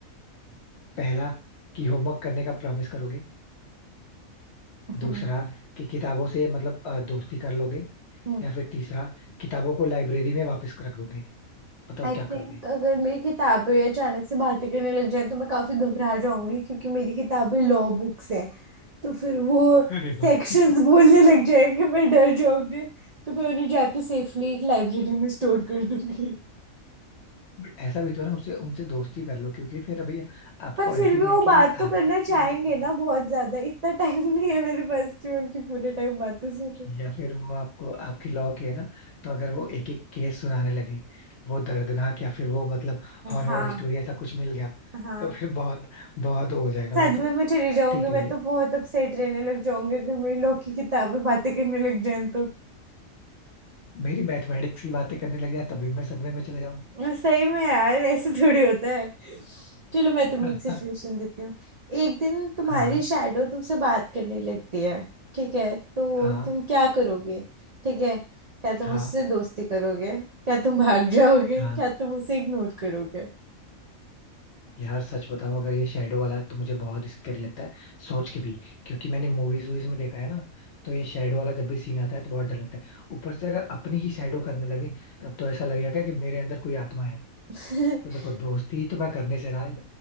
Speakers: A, on the left; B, on the right.
A: पहला कि होमवर्क करने का प्रॉमिस करोगे
B: हम्म,
A: दूसरा कि किताबों से मतलब अ, दोस्ती कर लोगे
B: हम्म।
A: या फिर तीसरा किताबों को लाइब्रेरी में वापस रख दोगे बताओ
B: आई
A: क्या
B: थिंक
A: करोगे
B: अगर मेरी किताबें अचानक से बातें करने लग जाए तो मैं काफी घबरा जाऊंगी क्योंकि मेरी किताबें लॉ बुक्स हैं तो फिर वो
A: अरे भाई
B: सेक्शंस बोलने लग जाएंगे मैं डर जाऊंगी तो मैं उन्हें जाके सेफली एक लाइब्रेरी में स्टोर कर दूंगी
A: बट ऐसा भी तो है ना उससे उनसे दोस्ती कर लो क्योंकि फिर अभी आपको
B: पर
A: अल्टीमेटली
B: फिर भी वो बात तो करना
A: आगे चल
B: चाहेंगे
A: के उनका मतलब
B: ना बहुत ज्यादा इतना टाइम नहीं है मेरे पास कि मैं उनकी पूरे टाइम बातें सुनूं
A: या फिर वो आपको आपकी लॉ के है ना तो अगर वो एक एक केस सुनाने लगे वो दर्दनाक या फिर वो मतलब हॉरर
B: हाँ
A: स्टोरी ऐसा कुछ मिल गया
B: हाँ
A: तो फिर बहुत बहुत हो जाएगा
B: सदमे
A: वो तो
B: में चली जाऊंगी
A: ठीक
B: मैं
A: है ये
B: तो बहुत अपसेट रहने लग जाऊंगी अगर मेरी लोग की किताबें बातें करने लग जाए तो
A: मेरी मैथमेटिक्स की बातें करने लग जाए तभी मैं सदमे में चले जाऊँ
B: सही में यार ऐसे थोड़ी होता है चलो मैं तुम्हें
A: <laughs>
B: एक सिचुएशन
A: हाँ
B: देती हूँ एक दिन तुम्हारी
A: हाँ
B: शैडो तुमसे बात करने लगती है ठीक है तो
A: हाँ
B: तुम क्या करोगे ठीक है क्या तुम
A: हाँ
B: उससे दोस्ती करोगे क्या तुम भाग जाओगे
A: हाँ
B: क्या तुम उसे इग्नोर करोगे
A: यार सच बताओ अगर ये शेडो वाला तो मुझे बहुत स्कैरी लगता है सोच के भी क्योंकि मैंने मूवीज वूवीज में देखा है ना तो ये शेडो वाला जब भी सीन आता है तो बहुत डर लगता है ऊपर से अगर अपनी ही शेडो करने लगे तब तो ऐसा लगेगा क्या कि मेरे अंदर कोई आत्मा है
B: <laughs>
A: तो देखो दोस्ती तो मैं करने से रहा है,